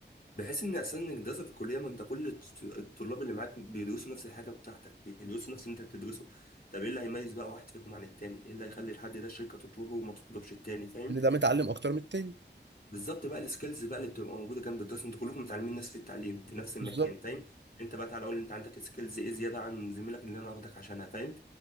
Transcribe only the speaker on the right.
ان ده متعلم اكتر من التاني
بالظبط